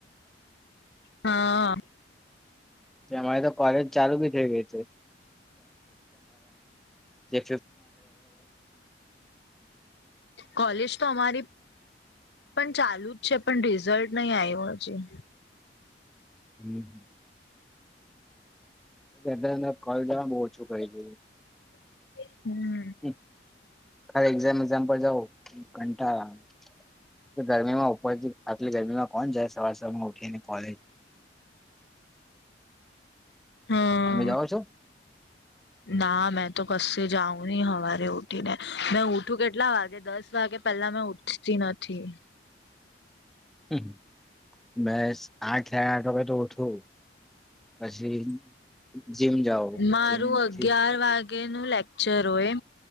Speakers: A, on the left (about 70°); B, in the centre.
A: હા
B: અમારી તો કોલેજ ચાલુ બી થઈ ગઈ છે
A: કોલેજ તો અમારી પણ ચાલુ જ છે પણ રિઝલ્ટ નહી આવ્યું હજી
B: હમ્મ એટલેજ ને મે કૉલેજ મા બહ ઓછું કરી દ
A: <inaudible>
B: હમ્મ ખરે એક્ઝામ એક્ઝામ પર જવ કંઠાળ ગરમીમાં ઉપરથી આટલી ગરમીમાં કોણ જાય સવારમાં ઉઠીને કોલેજ
A: હમ્મ
B: તમે જાઓ છો?
A: ના મે તો કશે જાઉં નહી હવારે ઉઠી ને મેં ઉઠું કેટલા વાગે દસ વાગે પેલા મેં ઉઠતી નથી
B: હમ્મ મે આઠ સાડા આઠ વાગે તો ઉઠું પછી જીમ જાવ
A: મારું
B: જીમથી
A: અગિયાર વાગે કે નું લેક્ચર હોય